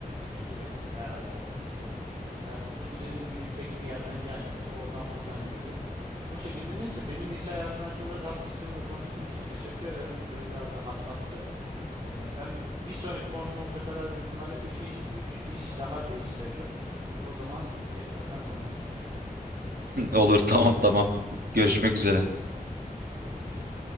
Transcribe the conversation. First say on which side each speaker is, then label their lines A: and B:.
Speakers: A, on the right (about 30°); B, on the right (about 85°).
A: Sürekli her aydan bahsediyorum. Ya bu senin gibi tek bir yerden gelmiyor da oradan buradan geliyor. Bu şekilde neyse benim iş hayatın hakkında tartıştığın ve konuştuğun için teşekkür ederim. Bu beni biraz rahatlattı. Ee, ben bir sonraki konuşmamıza kadar büyük ihtimalle 3 iş, üç iş daha değiştiririm. O zaman tekrardan konuşuruz.
B: <laughs> Olur tamam tamam. Görüşmek üzere.
A: Görüşürüz.